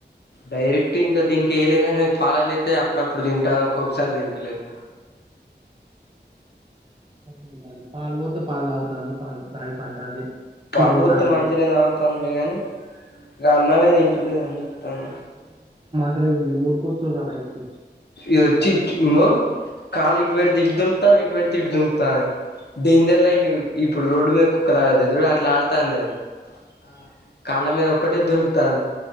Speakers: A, on the left (about 65°); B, on the right (about 30°).
A: డైరెక్ట్ ఇంకా దీనికేయలే గానే పాలల్లేత్తే అప్పుడప్పుడు తింటాది. ఒక్కొక్కసారి తింటలేదు.
B: నేను దానికి పాలు పోత్తే పాలు తాగుతాంది పాల్ తాగి పంటాంది.
A: పాలు
B: తిరుగుతాంది
A: పోత్తే మంచిగనే తాగుతాంది లే గాని ఇకగ అన్నమే తింట లేదని చెప్తాన్న.
B: <unintelligible> బయటకి
A: ఇదొచ్చి ఇచ్ చ్చ్ కాలు ఇటుపెడితే ఇటు దుంకుతాంది ఇటుపెడితే ఇటు దుంకు తాంది. డేంజర్ లైట్ ఇప్పుడు రోడ్డు మీద కుక్కలాడుతాయ్ చుడు అట్లా ఆడుతాందది. ఆ కాళ్ళ మీద ఒక్కటే దునుకుతాంది.